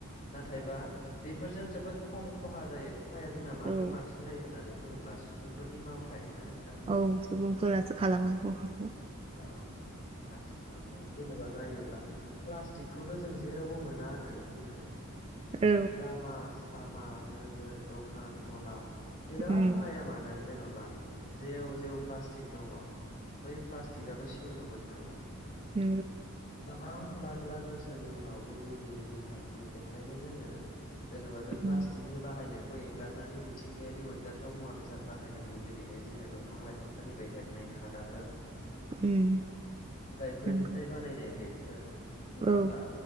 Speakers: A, on the left (about 40°); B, on the right (about 25°).
A: नाथायबा बेफोरजों जोबोद खम खहा जायो खहाया जोंना माजों
B: औ
A: बांसिन जायो होननानै बुङोब्ला सुबुंफोरनि मावथाय ना नों
B: औ सुबुंफोरासो खालामो खहाखौ
A: औ आथिखालाव जोङो जेनेबा नायोब्ला प्लास्टिकखौथ' जों जेरावबो मोना होननानै बुंनो हाया
B: औ
A: लामा सामा नोगोर दखान गला जेराव
B: उम
A: नाया मानो जेन'बा जेव जेव प्लास्टिक दङ बै प्लास्टिकआथ' सेवनोबो थाङा
B: उ
A: गोबां लाख लाख बोसोरनि उनावबो बे बेनो बे थाफिनो बेखायनो जोङो जेनेबा बे
B: उम
A: प्लास्टिकनि बाहायनायखौ खौ एंगारनानै मिथिंगायारि अनजाथाव मुवा बेसाद बाहायनांगौ जेरैहाय जोङो दंफां लाइफांफोरनिफ्राय हेबनाय खादाफोर
B: उम
A: बिलाइफोरनिफ्राय
B: नंगौ
A: बानायनाय बेगफोर नङा
B: औ
A: होमबा